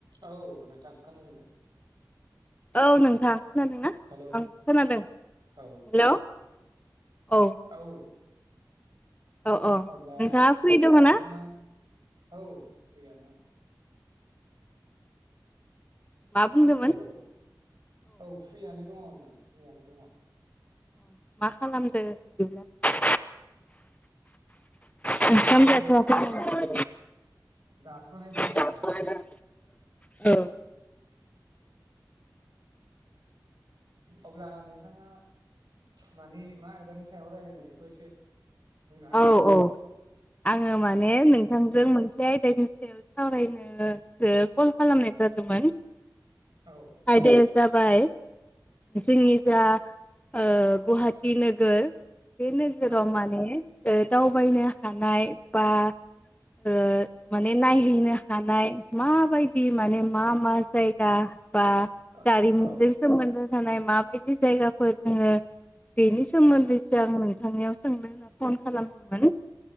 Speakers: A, on the right; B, on the left.
A: औ नोंथां खोनादों ना?
B: औ नोंथां खोनादोंना
A: हेलौ
B: ओं खोनादों हेल'
A: औ
B: औ
A: औ
B: औ औ
A: अब्ला
B: नोंथाङा फ्रि दङ
A: नोंथाङा
B: ना
A: औ फ्रियानो
B: मा बुंदोंमोन
A: हेलौ औ फ्रियानो दङ आङो फ्रियनो दङ
B: औ मा खालामदो बिदिब्ला ओंखाम
A: आङो
B: जाथ'वाखै
A: नों
B: नामा
A: जाथ'नाय जायाखै
B: जाथ'वाखै
A: नोंथां
B: जों औ
A: अब्ला नोंथाङा मानि मा आयदानि सायाव रायजलायनो बेखौ एसे बुंना होदो
B: औ औ आङो माने नोंथांजों मोनसे आयदानि सायाव सावरायनोसो कल खालामनाय जादोंमोन ।
A: औ
B: आयदाया जाबाय जोंनि जा ओ गुवाहाटि नोगोर बे नोगोराव
A: औ
B: माने ओ दावबायनो हानाय बा ओ माने नायहैनो हानाय माबायदि माने मा मा जायगा बा
A: औ
B: जारिमिनजों
A: औ
B: सोमोन्दो थानाय माबायदि जायगाफोर दङो बेनि सोमोन्दैसो आं नोंथांनियाव सोंनो होना फन खालामदोंमोन